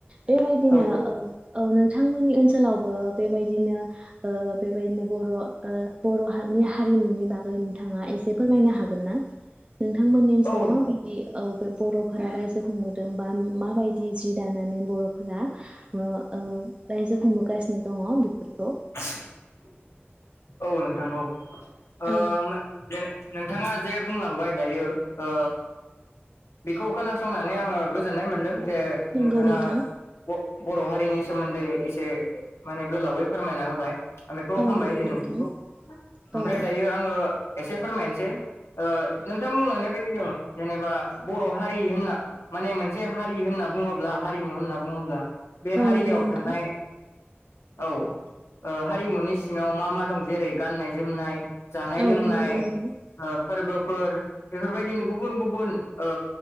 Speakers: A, on the right; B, on the left.
A: बेबायदिनो
B: औ
A: औ नोंथांमोननि ओनसोलावबो बेबायदिनो ओ बेबायदिनो बर' ओ बर' हा रिनि हारिमुनि बागै नोंथाङा एसे फोरमायनो हागोन ना? नोंथांमोननि ओनसोलाव
B: औ
A: माबायदि औ बे बर' फोर रायजो खुंबोदों बा माबायदि जि दानानै बर'फोरा ओ ओ रा इजो खुंबोगासिनो दङ बेफोरखौ
B: <inaudible> नोंथां औ ओ
A: औ
B: नोंथाङा जे बुंलांबाय दायो ओ बेखौ खोनासंनानै आङो गोजोननाय मोन्दों जे
A: नंगौ
B: नोंथाङा
A: नोंथां
B: बर' हारिनि सोमोन्दै एसे माने गोलावै फोरमायना होबाय आं बेखौ
A: औ
B: हामबाय
A: नंगौ
B: होयो
A: नोंथां
B: नोंथांखौ। ओमफ्राय
A: औ
B: दायो आङो एसे फोरमायनोसै। ओ नोंथां बुंलांनाय बायदिनो जेनेबा बर' हारि होनना माने मोनसे हारि होनना बुङोब्ला हारिमु होनना बुङोब्ला बे
A: औ
B: हारियाव
A: नंगौ नोंथां
B: थानाय औ, ओ हारिमुनि सिङाव मा मा दं जेरै गाननाय जोमनाय जानाय
A: औ
B: लोंनाय
A: <inaudible>
B: ओ फोरबोफोर बेफोरबायदिनो गुबुन गुबुन ओ